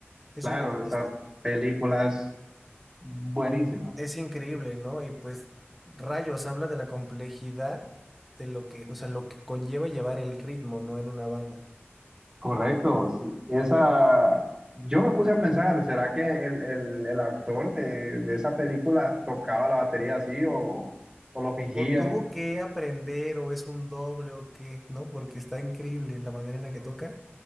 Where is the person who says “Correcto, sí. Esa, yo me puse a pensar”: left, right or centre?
Right